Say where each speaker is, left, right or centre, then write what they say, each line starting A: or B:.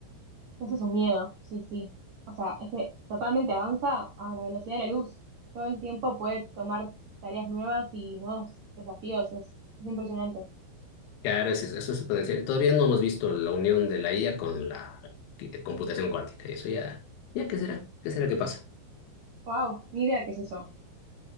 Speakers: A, on the right; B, on the left.
A: Eso es un miedo, sí, sí. O sea, es que totalmente avanza a la velocidad de la luz. Todo el tiempo puede tomar tareas nuevas y nuevos desafíos. Es, es impresionante.
B: Claro, eso es, eso es el potencial. Todavía no hemos visto la unión de la IA con la qui- computación cuántica, y eso ya, ya, ¿qué será? ¿Qué será que pasa? <laughs>
A: Wow, ni idea qué es eso.